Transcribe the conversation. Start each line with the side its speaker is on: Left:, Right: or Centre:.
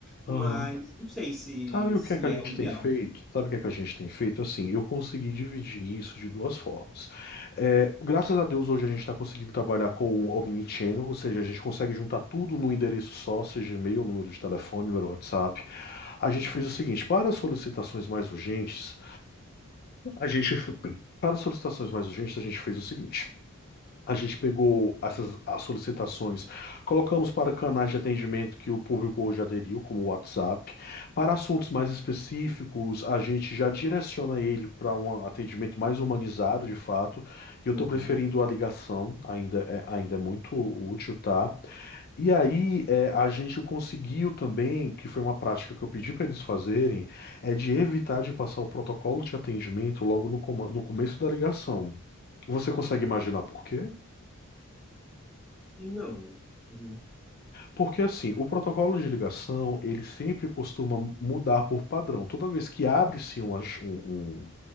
Left: Uhum.
Centre: mas não sei se,
Left: Sabe o
Centre: se
Left: que é que a gente
Centre: é o ideal.
Left: tem feito? Sabe o que é que a gente tem feito? Assim, eu consegui dividir isso de duas formas. É, graças a Deus, hoje a gente está conseguindo trabalhar com o Omnichannel, ou seja, a gente consegue juntar tudo num endereço só, seja e-mail, número de telefone, número de WhatsApp. A
Centre: Uhum,
Left: gente fez o seguinte, para as solicitações mais urgentes, a gente, para as solicitações mais urgentes, a gente fez o seguinte. A gente pegou essas as solicitações, colocamos para canais de atendimento que o público hoje aderiu, como o WhatsApp. Para assuntos mais específicos, a gente já direciona ele para um atendimento mais humanizado, de fato. E eu estou
Centre: uhum.
Left: preferindo a ligação, ainda é, ainda é muito útil, tá? E aí, é, a gente conseguiu também, que foi uma prática que eu pedi para eles fazerem, é de evitar de passar o protocolo de atendimento logo no, coma- no começo da ligação. Você consegue imaginar por quê?
Centre: Não, não
Left: Porque assim, o protocolo de ligação, ele sempre costuma mudar por padrão. Toda vez que abre-se uma ch- um, um-